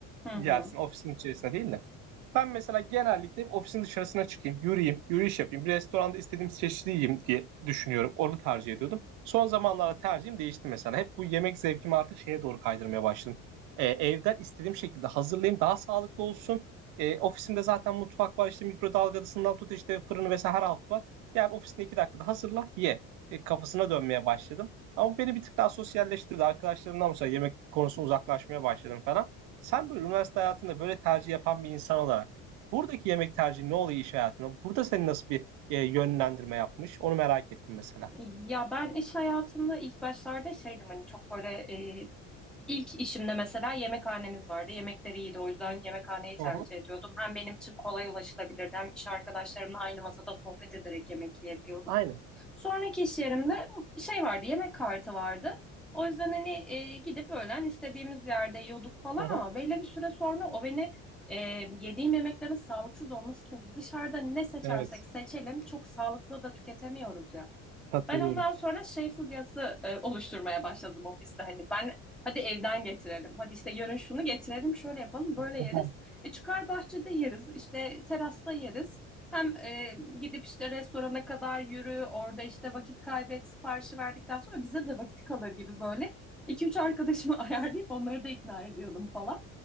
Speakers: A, in the centre; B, on the right.
A: Hı hı.
B: yersin ofisin içerisinde değil de. Ben mesela genellikle ofisin dışarısına çıkayım, yürüyeyim, yürüyüş yapayım, bir restoranda istediğim çeşidi yiyeyim diye düşünüyorum. Onu tercih ediyordum. Son zamanlarda tercihim değişti mesela. Hep bu yemek zevkimi artık şeye doğru kaydırmaya başladım. Ee, evden istediğim şekilde hazırlayayım, daha sağlıklı olsun. Ee, ofisimde zaten mutfak var, işte mikrodalgasından tut işte fırını vesaire her altı var. yani ofisinde iki dakikada hazırla, ye. E, kafasına dönmeye başladım. Ama beni bir tık daha sosyalleştirdi. Arkadaşlarımdan mesela yemek konusunda uzaklaşmaya başladım falan. Sen böyle üniversite hayatında böyle tercih yapan bir insan olarak buradaki yemek tercihi ne oluyor iş hayatında? Burada seni nasıl bir e, yönlendirme yapmış? Onu merak ettim mesela.
A: Ya ben iş hayatında ilk başlarda şeydim hani çok böyle e, ilk işimde mesela yemekhanemiz vardı. Yemekleri iyiydi o yüzden yemekhaneyi tercih
B: Hı hı.
A: ediyordum. Hem benim için kolay ulaşılabilirdi hem iş arkadaşlarımla aynı masada sohbet ederek yemek yiyebiliyorduk.
B: Aynen.
A: Sonraki iş yerimde şey vardı yemek kartı vardı. O yüzden hani e, gidip öğlen istediğimiz yerde yiyorduk falan
B: Hı hı.
A: ama belli bir süre sonra o beni e, yediğim yemeklerin sağlıksız olması çünkü dışarıda ne seçersek
B: Evet.
A: seçelim çok sağlıklı da tüketemiyoruz ya.
B: Katılıyorum.
A: Ben ondan sonra şey furyası e, oluşturmaya başladım ofiste. Hani ben hadi evden getirelim. Hadi işte yarın şunu getirelim, şöyle yapalım, böyle
B: <laughs>
A: yeriz. E çıkar bahçede yeriz, işte terasta yeriz. Hem e, gidip işte restorana kadar yürü, orada işte vakit kaybet, siparişi verdikten sonra bize de vakit kalır gibi böyle. iki üç arkadaşımı <laughs> ayarlayıp onları da ikna ediyordum falan.